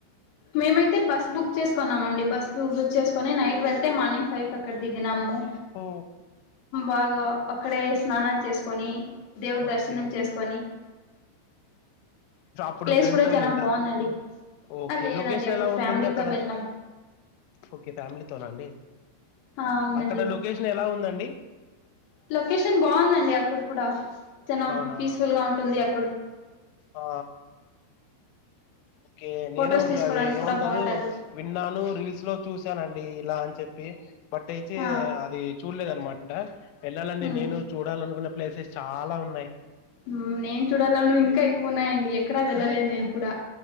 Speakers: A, on the left; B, on the left.
A: మేమైతే బస్ బుక్ చేసుకున్నామండి బ స్ బుక్క్ చేసుకొని నైట్ వెళ్తే మార్నింగ్ ఫైవ్ కి అక్కడ దిగినాము.
B: ఓ
A: బాగా ఒక్కడే స్నానాలు చేసుకొని దేవుడి
B: ఓకే
A: దర్శనం చేసుకొని
B: ఇప్పుడు
A: ప్లేస్
B: ఫ్రెండ్స్
A: కూడా
B: తో
A: చానా
B: వెళ్ళిండ్ర
A: బాగుందండి
B: ఓకే
A: ఆ లేదండి
B: లొకేషన్
A: అప్పుడు
B: ఎలా
A: ఫ్యామిలీతో
B: ఉండింది. అక్కడ
A: వెళ్ళాం
B: ఓకే ఫ్యామిలీతోన అండి.
A: ఆ అవునండి
B: అక్కడ లొకేషన్ ఎలా ఉందండి
A: లొకేషన్ బాగుందండి అక్కడ కూడా చన
B: అవునా
A: పీస్ ఫుల్ గా ఉంటుంది అక్
B: ఆ ఓకే నేను
A: ఫొటోస్ తీసుకోవడానికి
B: అది ఏమంటరు.
A: కూడా బాగుంటది
B: విన్నాను రీల్స్ లో చూసానండి. ఇలాన్ చెప్పి బట్ అయితే
A: ఆ
B: అది చూడలేద్ అనమాట్ ఆ వెళ్లాలండి
A: ఉమ్
B: నేను చూడాల అనుకున్నం ప్లేసెస్ చాల ఉన్నయ్
A: ఉమ్ నేను చూడాలను ఇంకా ఎక్కువ ఉన్నాయండి. ఎక్కడా వెళ్ళలేదు
B: అహ
A: నేను కూడా